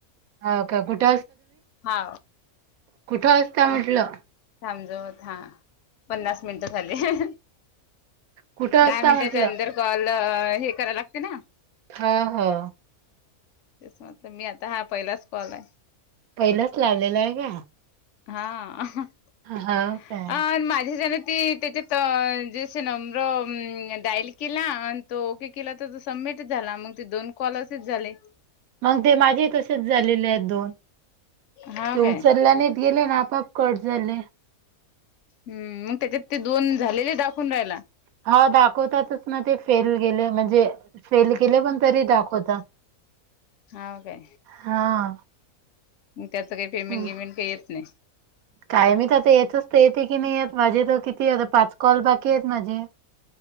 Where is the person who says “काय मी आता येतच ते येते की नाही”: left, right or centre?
Right